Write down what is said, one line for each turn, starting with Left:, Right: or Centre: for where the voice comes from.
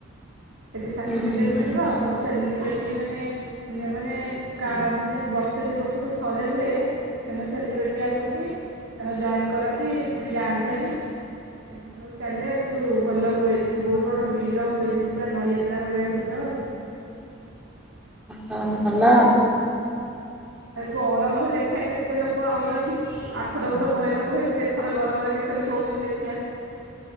Right: ସେଠି ସାର୍ଟିଫିକେଟ
Centre: ହୁଁ ହୁଁ।
Right: ମିଳିବ ଆଉ ସବୁ ସେଲିବ୍ରିଟି ମାନେ ମାନେ ମାନେ ବର୍ଷେ ଦୁଇ ବର୍ଷକୁ ଥରେ ହୁଏ ତାଙ୍କ ସେଲିବ୍ରିଟି ଆସନ୍ତି ତାଙ୍କ ଜଏନ୍ କରନ୍ତି ପୁଣି ଯାଆନ୍ତି ହେରି ଏମିତି ସବୁ ସୁ ଚାଲେ କିନ୍ତୁ ଭଲ ହୁଏ କିନ୍ତୁ ବହୁତ ବଡ଼ ଭିଡ଼ ହୁଏ ଯେମିତି ପୁରା ନଈଯାତ୍ରା ଭଳିଆ ଭିଡ଼ ଆଉ
Centre: ଓହୋ ଭଲ ଆଉ
Right: ଏ ଗରମରେ ଦେଖିବା କେତେ ଲୋକ ଆଉଛନ୍ତି ଆରଥରକ ତ ବହେ ଲୋକ ହେଇଥିବେ ଏଥରକ ଗରମରେ କେତେ ଲୋକ ହଉଛନ୍ତି ଦେଖିବା?